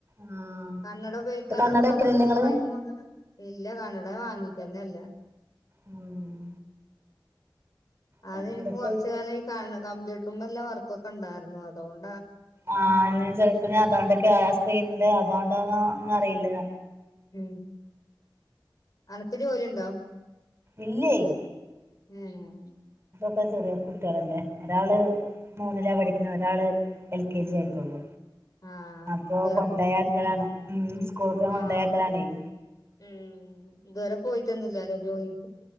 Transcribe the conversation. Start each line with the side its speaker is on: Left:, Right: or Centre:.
Right: ആഹ്
Left: കണ്ണട ഉപയോഗിക്കാനാ
Right: ഇത് കണ്ണട
Left: ഓല് പറഞ്ഞത്.
Right: വെക്കണില്ലേ
Left: ഫുൾ
Right: നിങ്ങള്
Left: ടൈം ഒന്ന് ഇല്ല കണ്ണട വാങ്ങീട്ടന്നെ ഇല്ല.
Right: ഉം കണ്ണടക്ക്
Left: അതെനിക്ക് കൊർച്ച് കാല ഈ കണ്ണ് കമ്പ്യൂട്ടർമല്ല വർക്കൊക്കെ ഇണ്ടായിരുന്നു. അതോണ്ട്
Right: ആഹ് ഇഞ്ഞ് ചെൽപ്പ ഇഞ്ഞ് അതോണ്ടൊക്കെ ആയ ആ സ്ക്രീനിന്റെ അതോണ്ടോന്നോന്ന് അറിയില്ല.
Left: മ് അനക്ക് ജോലിണ്ടോ?
Right: ഇല്ലേയ്
Left: ഏഹ്
Right: ഒക്ക ചെറിയ കുട്ടികളല്ലേ ഒരാള് മൂന്നിലാ പഠിക്കുന്നത് ഒരാള് എൽ കെ ജി ആയിട്ടൊള്ളൂ
Left: ആഹ്
Right: അപ്പൊ
Left: ഇതുവരെ
Right: കൊണ്ടയാക്കലാണ് ഉം സ്കൂൾക്ക് കൊണ്ടോയ്
Left: ആഹ്
Right: ആക്കലാണെയ്
Left: ഉം ഇതുവരെ പോയിട്ടന്നുല്ല ലെ ജോലിക്ക്